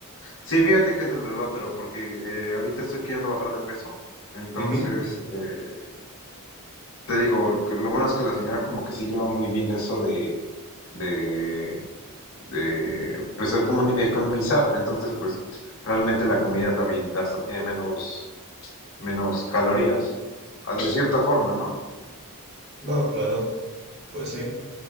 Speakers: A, on the left; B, on the right.
A: Sí, fíjate que es el otro, porque eh, ahorita estoy queriendo bajar de peso. Entonces,
B: Ujú,
A: eh, te digo, que lo bueno es que la señora como que sí lleva muy bien eso de, de, de pues economi- economizar. Entonces, pues realmente
B: ujú.
A: la comida también hasta tiene menos, menos calorías, ah, de cierta forma, ¿no?
B: No, claro, pues sí.